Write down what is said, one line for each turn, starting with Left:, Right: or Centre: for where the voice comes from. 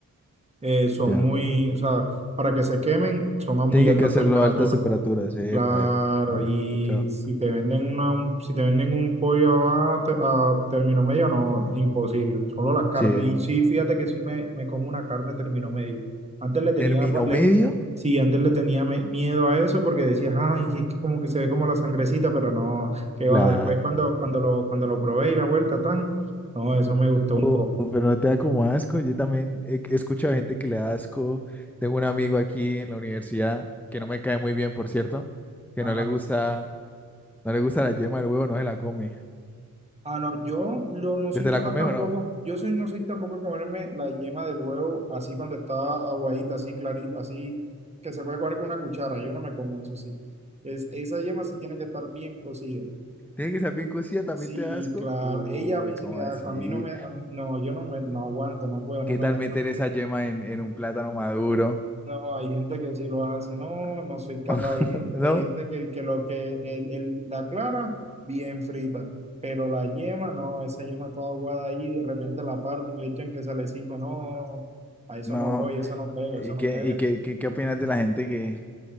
Right: eh, son
Centre: ya.
Right: muy, o sea, para que se quemen, son a muy
Centre: Tiene
Right: altas
Centre: que hacerlo
Right: temperaturas.
Centre: a altas temperaturas, epa,
Right: Claro,
Centre: epa, epa, he
Right: y
Centre: escuchado.
Right: si te venden una, un- si te venden un pollo a, te- a término medio, no, imposible. Solo las carnes.
Centre: Sí,
Right: Y
Centre: sí.
Right: sí, fíjate que sí me, me como una carne término medio. Antes le tenía,
Centre: ¿Término
Right: pa- le-
Centre: medio?
Right: sí, antes le tenía me- miedo a eso porque decías, ay,
Centre: Uy,
Right: es que como que se ve como la sangrecita, pero no, qué
Centre: claro.
Right: va. Después cuando, cuando lo, cuando lo probé y la vuelta tan, no, eso me gustó
Centre: Oh,
Right: un poco.
Centre: pero no te da como asco. Yo también he he escuchado gente que le da asco. Tengo un amigo aquí en la universidad que no me cae muy bien, por cierto, que
Right: Ajá.
Centre: no le gusta, no le gusta la yema del huevo, no se la come.
Right: Ah, no, yo lo- no soy
Centre: ¿Desde
Right: capaz
Centre: la come
Right: tampoco,
Centre: o no?
Right: yo soy, no soy tampoco de comerme la yema del huevo así cuando está aguadita, así clarita, así que se puede coger con una cuchara, yo no me como eso, sí. Es, esa yema sí tiene que estar bien cocida.
Centre: Tiene que ser bien cocida, también
Right: Sí,
Centre: te da asco.
Right: claro,
Centre: Uy,
Right: ella a mí sí
Centre: ¿cómo
Right: me da,
Centre: así?
Right: a mí no me, a mí- no, yo no me, no aguanto, no puedo, no
Centre: ¿Qué
Right: me
Centre: tal
Right: da.
Centre: meter esa yema en, en un plátano maduro?
Right: No, hay gente que sí lo hace, no, no soy capaz.
Centre: <laughs>
Right: Hay gente,
Centre: No,
Right: hay gente que, que lo que el, el- la clara, bien frita, pero la yema, no, esa yema toda aguada ahí, de repente la parte y le echan que salecito, no, a eso
Centre: no.
Right: no voy, eso no pega,
Centre: ¿Y
Right: eso no
Centre: qué,
Right: pega.
Centre: y qué, qué, qué opinas de la gente que,